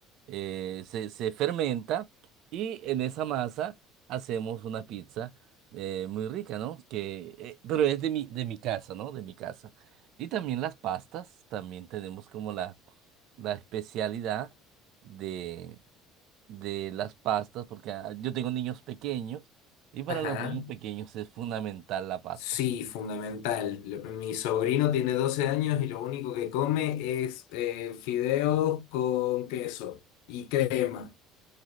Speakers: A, on the right (about 60°); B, on the left (about 80°).
A: eh, se, se fermenta y en esa masa hacemos una pizza eh, muy rica, ¿no? Que, eh, pero es de mi, de mi casa, ¿no? De mi casa. Y también las pastas, también tenemos como la, la especialidad de, de las pastas, porque ah, yo tengo niños pequeños y para
B: Ajá.
A: los niños pequeños es fundamental la pasta.
B: Sí, fundamental. Lo- Mi sobrino tiene doce años y lo único que come es eh, fideos con queso y crema.